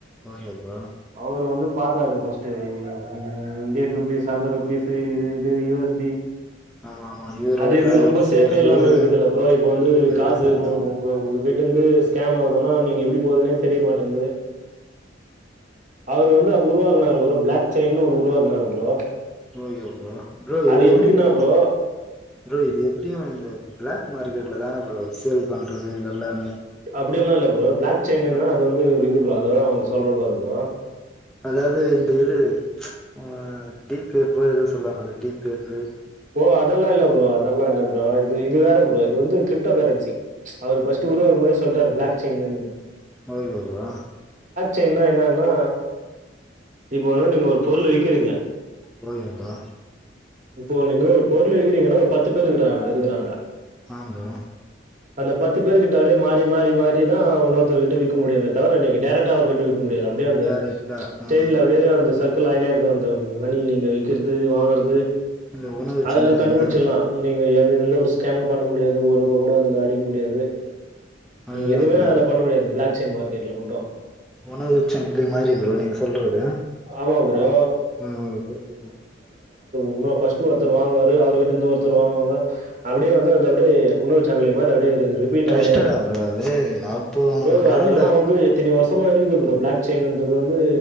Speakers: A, in the centre; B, on the right.
A: ஓகே ப்ரோ
B: அவுரு வந்து பாத்தாரு ஃபஸ்ட்டு இ இந்தியன் ருபீஸ் அந்த ருபீஸ்ஸு இ இது யு எஸ் டி
A: ஆமா ஆமா யூரோ
B: அது இது
A: டாலர்ஸு
B: ரொம்ப சேஃபா
A: ரியலு
B: இல்லாம இருக்குதுல்ல ப்ரோ இப்போ வந்து
A: ரியலு
B: காசு உங்க
A: ஆமா
B: உங்ககிட்ட இருந்து <unintelligible> தானா நீங்க எப்டி போகுதுனே தெரியமாட்டேங்குது அவர் வந்து அப்ப உருவாக்குனார் அவரு ப்ளாக் செயின்னு ஒன்னு உருவாக்குனாரு ப்ரோ
A: ஓகோ ப்ரோ ப்ரோ
B: அது
A: இது
B: எப்டின்னா
A: வந்து
B: ப்ரோ
A: ப்ரோ இது எப்டியு இந்த ப்ளாக் மார்க்கெட்ல தான ப்ரோ சேல் பண்றது இதெல்லாமே
B: அப்டில்லா இல்ல ப்ரோ ப்ளாக் செயினு
A: அஹ்
B: னா அது வந்து ஒரு இது ப்ரோ அது உங்களுக்கு சொல்றா பாரு ப்ரோ
A: அதாவது இந்த இது உம்‌ டீப்லைட்ல எதோ சொல்லுவாங்கல டீப்லைட்டு
B: ஓ அதெல்லா இல்ல ப்ரோ அதெல்லா இல்ல ப்ரோ இது இது வேற இது வந்து க்ரிப்டோ கரன்சி அவரு ஃபர்ஸ்ட் உருவாக்கு போதே சொல்ட்றாரு ப்ளாக் செய்யின்னு
A: ஓகே ப்ரோ
B: சென்னையின்ன என்னா இப்ப வந்து நீங்க ஒரு பொருள விக்கிறீங்க
A: போகீ வந்தா
B: இப்போ நீங்க ஒரு பொருள விக்கிறீங்கன்னா ஒரு பத்து பேரரு இருக்றா இருக்றாங்க
A: ஆஹ் ப்ரோ
B: அந்த பத்து பேரு கிட்ட அப்டியே மாறி மாறி மாறிதா இன்னொருத்தர்கிட்ட விக்க முடியுமே தவர நீங்க டேரக்ட்டா அவுருகிட்ட விக் க முடியாது அப்டியே அந்த
A: டேரக்டா ஆ
B: ட்ரெயின்ல அப்டியே அந்த சர்க் க்லாய்னேருக்கூ அந்த மணி நீங்க விக்கிறது வாங்குறது
A: இந்த உணவு
B: அதெல்லா
A: சங்கிலி
B: கண்டுபிடிச்சிட்லா
A: மாரி
B: நீங்க எப் அது எந்த ஒரு ஸ்கேம்மூ பண்ண முடியாது ஒரூவா கூட அதுல அடிக்க முடியாது
A: அதுதா
B: நீங்க எதூமே
A: ப்ரோ
B: அதுல பண்ண முடியாது ப்ளாக் சென் மார்க்கெட்ல மட்டூ
A: உணவுச்சங்கிலி மாரி ப்ரோ நீங்க சொல்றது
B: ஆமா ப்ரோ.
A: ஆ புரிது புரி
B: உங்க ஃபஸ்ட்டு ஒருத்தர் வாங்குவாரு அவரு கிட்டேந்து ஒருத்தர் வாங்குவாங்க அப்டியே வந்து அது அப்டியே உணவு சங்கிலி மாரி அப்டியே ஒரு ரிபீட்
A: ட்ரஸ்டடா
B: ஆயினேருக்கூ ப்ரோ
A: அது அப்போ அவங்க
B: ப்ரோ
A: நடுவுல
B: அதெல்லா வந்து எத்தினி வருஷ் ஷமாருக்குது ப்ரோ ப்ளாக் செயின்றது வந்து